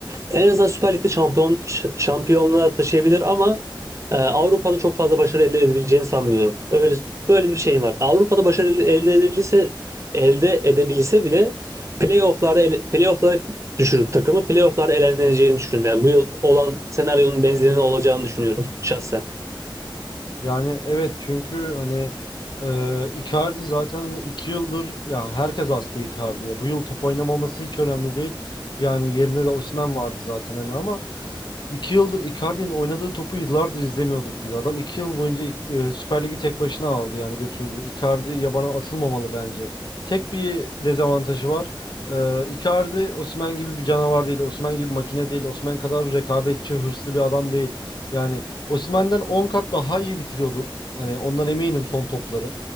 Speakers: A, on the right (about 35°); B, on the left (about 60°).
A: en azından Süper Lig'de şampiyon ş- şampiyonluğa taşıyabilir ama e, Avrupa'da çok fazla başarı elde edebileceğini sanmıyorum. Öyle böyle bir şeyim var. Avrupa'da başarı elde elde edebilirse elde edebilse bile playoff'larda ele- playoff'lara düşürüp takımı playoff'larda eleneceğini düşünüyorum. Yani bu yıl olan senaryonun benzerinin olacağını düşünüyorum şahsen.
B: Yani evet çünkü hani e, Icardi zaten hani iki yıldır ya herkes hasta Icardi'ye. Bu yıl top oynamaması hiç önemli değil. Yani yerine de Osimhen vardı zaten hani ama iki yıldır Icardi'nin oynadığı topu yıllardır izlemiyorduk biz. Adam iki yıl boyunca e, Süper Lig'i tek başına aldı yani götürdü. Icardi yabana atılmamalı bence. Tek bir dezavantajı var. E, Icardi Osimhen gibi bir canavar değil. Osimhen gibi bir makine değil. Osimhen kadar rekabetçi, hırslı bir adam değil. Yani Osimhen'den 10 kat daha iyi bitiriyordur. Hani ondan eminim son topları.